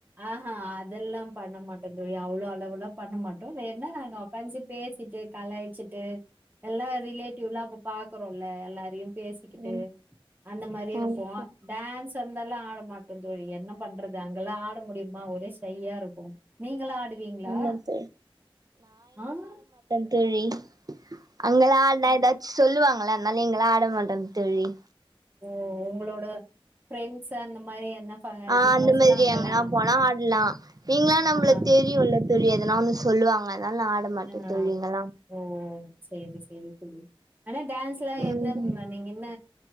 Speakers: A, on the right; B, on the right.
A: ஆஹ்ஹ் அதெல்லாம் பண்ண மாட்டந் தோழி அவ்ளோ அளவுல்லா பண்ண மாட்டோ வேனா நாங்க பஞ்சு பேசிட்டு கலாயிச்சிட்டு எல்லா ரிலேட்டிவ்லா அப்போ பாக்க இருக்கும்ல எல்லாரையும் பேசிக்கிட்டு
B: ம்
A: அந்த மாதிரி
B: ஆமா
A: இருப்போம்
B: தோழி
A: டான்ஸ் சந்தெல்லா ஆட மாட்டோ தோழி என்ன பண்றது அங்கல்லா ஆடு முடியுமா ஒரே ஷையாருக்கு நீங்கள்ளா ஆடுவீங்ளா
B: ஆமா தோழி
A: ஆஹ்
B: தேழி அங்கல்லா ஆடுனா ஏதாச் சொல்லுவாங்கல்ல அதுனால இங்கள்ளா ஆட மாட்டே தோழி
A: ஓ உங்களோட ஃப்ரெண்ட்ஸு அந்த மாரி என்ன ஃப
B: ஆஹ்
A: இது
B: அந்த
A: போ
B: மாதிரி
A: சொல்ல அங்கல்லா
B: எங்கன்னா போனா ஆட்லா இங்கலா நம்ள
A: ஆ
B: தெரியுல்ல தோழி எதனா ஒன்னு சொல்லுவாங்க அதனால ஆட மாட்ட
A: ஆ
B: தோழி இங்கல்லா
A: ஓ சேரி சேரி புல் ஆனா டான்ஸ்லா
B: ம்
A: என்ன ம்ன்ன நீங்க என்ன